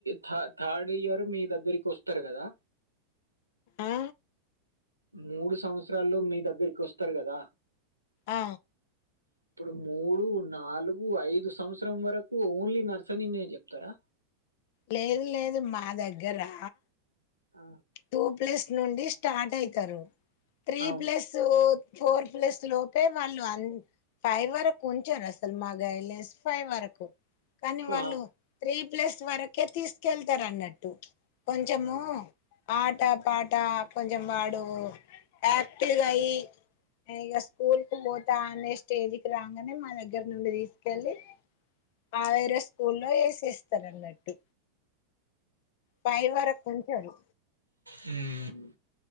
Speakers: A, on the right; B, on the left.
A: థర్ థర్డ్ ఇయర్ మీ దగ్గరికి వస్తరు కదా
B: ఆ
A: మూడు సంవత్సరాల్లో మీ దగ్గరికి వస్తరు కదా
B: ఆ
A: ఇప్పుడు మూడు నాలుగు ఐదు సంవత్సరం వరకు ఓన్లీ నర్సనీ నే చెప్తరా,
B: లేదు లేదు మా దగ్గరా
A: ఆ
B: టూ ప్లస్ నుండి స్టార్ట్ అయితరు, త్రీ
A: అవును
B: ప్లస్ ఫోర్ ప్లస్ లోపే వాళ్ళు అం ఫైవ్ వరకు ఉంచరు అసలు మా గైడ్లైన్స్ ఫైవ్ వరకు, కానీ వాళ్ళు
A: ఆ
B: త్రీ ప్లస్ వరకే తీసుకెళ్తరు అన్నట్టు, కొంచము
A: ఆ
B: ఆట పాట కొంచెం వాడు యాక్టివ్ గా అయ్యి ఇగ స్కూల్ కు పోతా అనే స్టేజకిి రాగానే మా దగ్గర నుండి తీసుకెళ్ళి ఆ వేరే స్కూల్లో వేసేస్తారన్నట్టు, ఫైవ్ వరకు ఉంచరు,
A: హ్మ్